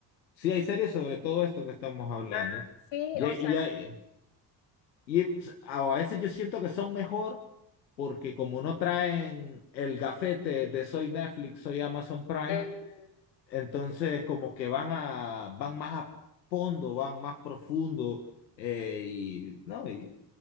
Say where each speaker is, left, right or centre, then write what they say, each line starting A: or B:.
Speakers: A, on the left (about 85°); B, on the left (about 65°).
A: Sí, hay series sobre todo esto que estamos hablando.
B: Ah, sí,
A: Y,
B: o
A: hay-
B: sea,
A: y, hay- y s- a veces yo siento que son mejor porque como no traen el gafete de soy Netflix, soy Amazon Prime,
B: mm,
A: entonces como que van a, van más a fondo, van más profundo, eh, y, ¿no? Y,